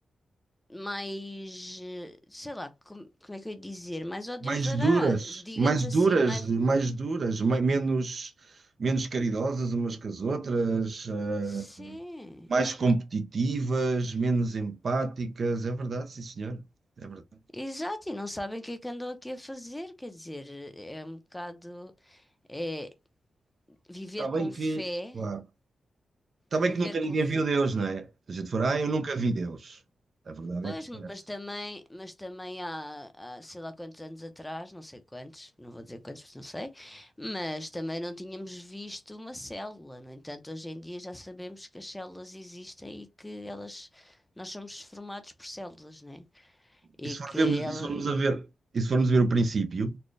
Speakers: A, in the centre; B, on the right.
A: mais, eh, sei lá, como, como é que eu ia dizer? Mais ó Deus
B: Mais
A: dará,
B: duras,
A: digamos
B: mais
A: assim,
B: duras,
A: mais.
B: mais duras, mai- menos, menos caridosas umas que as outras, eh,
A: Sim,
B: mais competitivas, menos empáticas. É verdade, sim, senhor. É verdade.
A: exato, e não sabem o que é que andam aqui a fazer, quer dizer, é um bocado. É, viver
B: Está
A: com
B: bem que,
A: fé,
B: claro, está bem
A: viver
B: que nunca
A: com
B: ninguém viu Deus, não é? Se a gente for, ah, eu nunca vi Deus. A verdade
A: Pois,
B: é que é essa.
A: mas também, mas também há, há sei lá quantos anos atrás, não sei quantos, não vou dizer quantos, porque não sei, mas também não tínhamos visto uma célula. No entanto, hoje em dia já sabemos que as células existem e que elas, nós somos formados por células, né? E
B: E se
A: que
B: formos,
A: ela,
B: e se formos a ver, e se formos a ver o princípio,